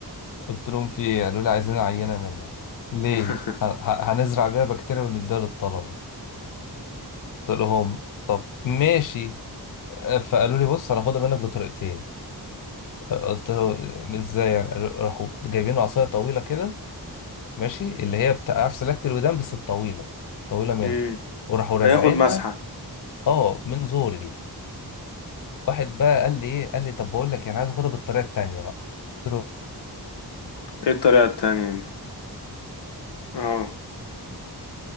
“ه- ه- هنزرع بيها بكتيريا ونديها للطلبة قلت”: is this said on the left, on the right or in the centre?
Left